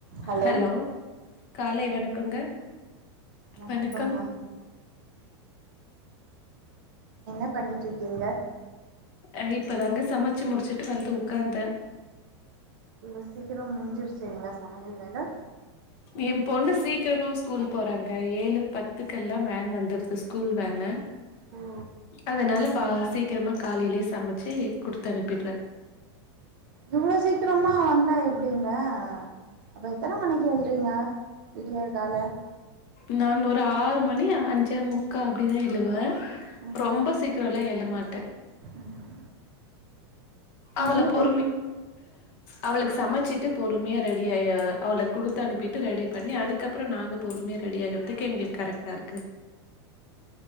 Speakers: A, on the right; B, on the left.
A: ஹலோ
B: ஹெலோ காலை வணக்கங்க
A: வணக்கங்க
B: வணக்கம்
A: என்ன பண்ணிட்ருக்கீங்க
B: அ இப்பதாங்க சமச்சு முடிச்சுட்டு வந்து உக்காந்த
A: இவ்ளோ சீக்கிரம் முடிஞ்சிருச்சுங்ளா சமையல் வேல
B: எம் பொண்ணு சீக்கிரமா ஸ்கூல் போறாங்க ஏழு பத்துக்கெல்லாம் வேன் வந்துருது ஸ்கூல் வேனு
A: ம்
B: அதனால பா சீக்கிரமா காலைலியே சமச்சி குடுத்தனுப்பிட்ற
A: இவ்ளோ சீக்கிரமா வந்தா எப்டிங்க அப்ப எத்தன மணிக்கு எழ்றீங்க விடியற்கால
B: நான் ஒரு ஆறு மணி அஞ்சே முக்கா அப்டிதா எழுவே
A: ம்
B: ரொம்ப சீக்ரலா எழமாட்ட
A: ம்
B: அவளப்
A: நீங்க
B: பொறுமி
A: பேச
B: அவுளுக் சமச்சிட்டு பொறும்மியா ரெடியாயி அவள குடுத்தனுப்பிட்டு ரெடி பண்ணி அதுக்கப்புற நாங்க பொறும்மியர் ரெடி ஆகுறதுக்கு எங்களுக்கு கரெக்டா இருக்கு